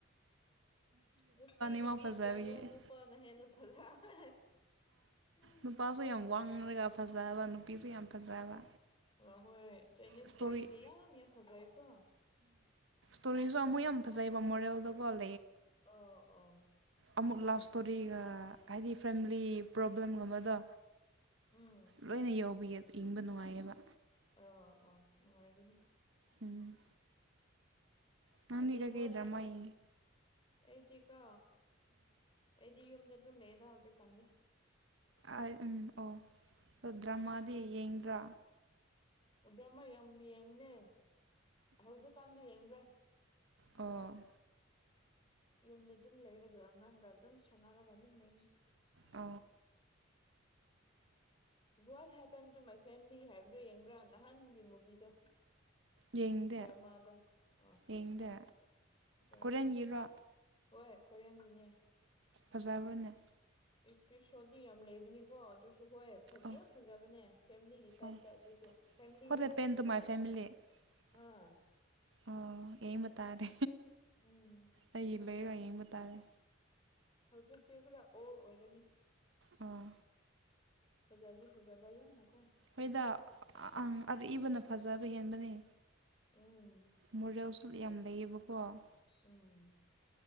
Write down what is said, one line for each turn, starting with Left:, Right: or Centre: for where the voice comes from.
Left: ꯅꯨꯄꯤꯅ
Right: ꯃꯥ ꯐꯖꯕꯒꯤ
Left: ꯐꯖꯕ꯭ꯔꯥ ꯅꯨꯄꯥꯅ ꯍꯦꯟꯅ ꯐꯖꯕ꯭ꯔꯥ ꯎꯝ
Right: ꯅꯨꯄꯥꯁꯨ ꯌꯥꯝ ꯋꯥꯡꯉꯒ ꯐꯖꯕ ꯅꯨꯄꯤꯁꯨ ꯌꯥꯝ ꯐꯖꯕ
Left: ꯑ ꯍꯣꯏ ꯆꯥꯏꯅꯤꯁ
Right: ꯏꯁꯇꯣꯔꯤ
Left: ꯈꯣꯏꯒꯤꯗꯤ ꯌꯥꯝ ꯌꯥꯝ ꯐꯖꯔꯦꯀꯣ
Right: ꯇꯣꯔꯤꯁꯨ ꯑꯃꯨꯛ ꯌꯥꯝ ꯐꯖꯩꯑꯕ ꯃꯣꯔꯦꯜꯗꯀꯣꯜ
Left: ꯑ ꯑ
Right: ꯑꯃꯨꯛ ꯂꯞ ꯏꯁꯇꯣꯔꯤꯒ ꯍꯥꯏꯗꯤ ꯐꯦꯃꯤꯂꯤ ꯄ꯭ꯔꯣꯕ꯭ꯂꯦꯝꯒꯕꯗꯣ
Left: ꯎꯝ
Right: ꯂꯣꯏꯅ ꯌ ꯏꯪꯕ ꯅꯨꯡꯉꯥꯏꯌꯦꯕ
Left: ꯑ ꯑ ꯅꯨꯡꯉꯥꯏꯒꯅꯤ
Right: ꯎꯝ ꯃꯥꯟꯗꯤ
Left: ꯑꯗꯨ
Right: ꯀꯀꯦ
Left: ꯋꯥꯠ
Right: ꯗꯔꯃꯥꯏ
Left: ꯑꯩꯗꯤꯀꯣ ꯑꯩꯗꯤ ꯌꯨꯝꯗ ꯑꯗꯨꯝ ꯂꯩꯑꯦꯗ ꯍꯧꯖꯤꯛꯀꯥꯟꯗꯤ
Right: ꯑꯩ ꯎꯝ ꯑꯣ ꯑ ꯗ꯭ꯔꯃꯥꯗꯤ ꯌꯦꯡꯗ꯭ꯔꯥ
Left: ꯗ꯭ꯔꯃꯥ ꯌꯥꯝ ꯌꯦꯡꯅꯦ ꯍꯧꯖꯤꯛꯀꯥꯟꯗꯤ ꯌꯦꯡꯗ꯭ꯔꯦ
Right: ꯑꯣ
Left: ꯌꯨꯝꯗ ꯑꯗꯨꯝ ꯂꯩꯔꯒ ꯑꯉꯥꯡꯒ ꯑꯗꯨꯝ ꯁꯥꯟꯅꯔꯒ ꯑꯗꯨꯝ ꯂꯩꯔꯤ
Right: uh
Left: what happen to my family ꯍꯥꯏꯕꯗꯨꯣ ꯌꯦꯡꯕ꯭ꯔꯥ ꯅꯍꯥꯟꯒꯤ ꯃꯨꯚꯤꯗꯣ
Right: ꯌꯦꯡꯗꯦ
Left: ꯗ꯭ꯔꯃꯥꯗꯣ ꯑ
Right: ꯌꯦꯡꯗꯦ
Left: ꯆꯥ
Right: ꯀꯣꯔꯦꯟꯒꯤꯔꯣ
Left: ꯍꯣꯏ ꯀꯣꯔꯤꯌꯥꯟꯒꯤꯅꯦ
Right: ꯐꯖꯥꯕꯅꯦ
Left: ꯏ ꯄ ꯁꯣꯗꯤ ꯌꯥꯝ ꯂꯩꯕꯤꯅꯤ ꯀꯣ ꯑꯗꯨ ꯍꯣꯏ
Right: ꯑꯣ
Left: ꯌꯥꯝ ꯐꯖ꯭ꯔꯕꯅꯦ ꯐꯦꯃꯤꯂꯤꯒꯤ ꯇꯥꯏꯞꯇ
Right: ꯑꯣ
Left: ꯑꯗꯨꯁꯨ ꯐꯦꯂꯤꯅꯦ
Right: ꯍꯣꯠ ꯍꯦꯄꯦꯟ ꯇꯨ
Left: ꯄꯨꯔꯥ
Right: ꯃꯥꯏ <inaudible>
Left: ꯑꯝ
Right: ꯑꯣ ꯌꯦꯡꯕ ꯇꯥꯔꯦ
Left: ꯎꯝ
Right: ꯑꯩ ꯂꯩꯑꯣꯏꯔꯣꯏ ꯌꯦꯡꯕ ꯉꯇꯥꯔꯦ
Left: ꯍꯧꯖꯤꯛꯇꯤ ꯈꯔ ꯑꯣꯜ ꯑꯣꯏꯔꯅꯤ
Right: ꯑꯣ
Left: ꯐꯖꯗꯤ ꯐꯖꯕ ꯌꯥꯝꯅꯀꯣ
Right: ꯍꯣꯏꯗ ꯑ ꯏꯕꯅ ꯐꯖꯕ ꯍꯦꯟꯕꯅꯦ
Left: ꯎꯝ
Right: ꯃꯣꯔꯦꯜꯁꯨ ꯌꯥꯝ ꯂꯩꯌꯦꯕꯀꯣ
Left: ꯎꯝ